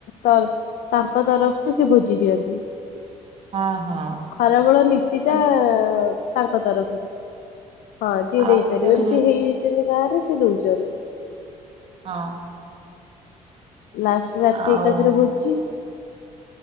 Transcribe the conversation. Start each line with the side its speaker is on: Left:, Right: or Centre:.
Left: ତର ତାଙ୍କ ତରଫରୁ ସେ ଭୋଜି ଦିଅନ୍ତି।
Right: ହଁ ହଁ
Left: ଖରାବେଳ ନୀତି
Right: ।
Left: ଟା ତାଙ୍କ ତରଫରୁ। ହଁ ଯିଏ
Right: ଆଉ ରାତିରେ
Left: ଦେଇପାରିବେ ଏମତି ହେଇଯାଇଚନ୍ତି । ଗାଁରେ ସେ ଦଉଚନ୍ତି ।
Right: ହଁ ।
Left: ଲାଷ୍ଟ ରାତି
Right: ଆଉ
Left: ଏକାଥରେ ଭୋଜି ।